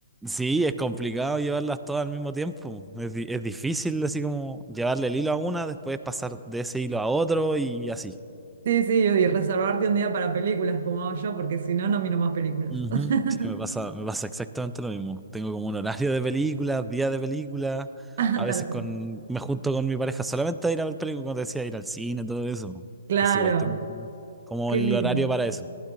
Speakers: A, in the centre; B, on the right.
A: Sí, es complicado llevarlas todas al mismo tiempo. Es, di- es difícil así como llevarle el hilo a una, después pasar de ese hilo a otro y así.
B: Sí, sí, y reservarte un día para películas como hago yo, porque si no, no miro más películas.
A: Ujú.
B: <laughs>
A: Sí, me pasa, me pasa exactamente lo mismo. Tengo como un horario de películas, día de películas.
B: Ah,
A: A veces
B: Tal cual.
A: con, me junto con mi pareja solamente a ir a ver películas, como te decía, ir al cine, todo eso.
B: Claro,
A: Entonces igual tengo como como
B: qué
A: el
B: lindo,
A: horario para eso.